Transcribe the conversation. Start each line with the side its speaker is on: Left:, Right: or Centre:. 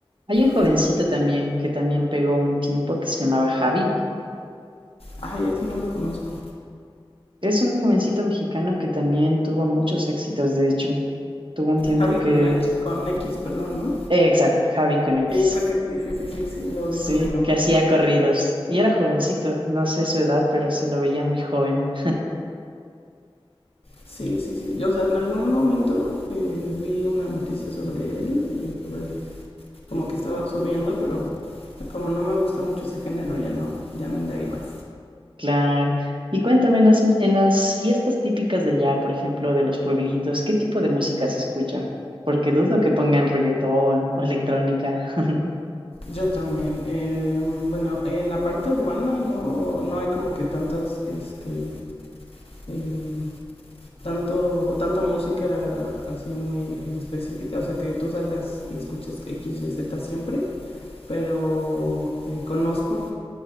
Right: Hay un jovencito
Left: Eso-
Right: también que también pegó un tiempo que se llamaba Javi.
Left: ay, eso no lo conozco.
Right: Es un jovencito mexicano que también tuvo muchos éxitos, de hecho. Tuvo un tiempo
Left: Javi
Right: que...
Left: con H, con X, perdón, ¿no?
Right: eh, exacto, Javi con X.
Left: Sí, creo que sí, sí, sí, sí, sí, lo
Right: Sí,
Left: ubico de nombre.
Right: que hacía corridos. Y era jovencito, no sé su edad, pero se lo veía muy joven.
Left: Sí, sí, sí. Y, O sea, en algún momento eh, vi una noticia sobre él, eh, sobre como que estaba subiendo, pero como no me gusta mucho ese género, ya no, ya no indagué más.
Right: Claro. Y cuéntame, en las, en las fiestas típicas de allá, por ejemplo, de los pueblitos, ¿qué tipo de música se escucha? Porque dudo que pongan reggaetón o electrónica. <laughs>
Left: Yo también, eh, bueno, en la parte urbana no, no hay como que tantas, este, eh, tanto, tanta música así muy específica, o sea que tú salgas y escuches X, Y, Z siempre, pero eh, conozco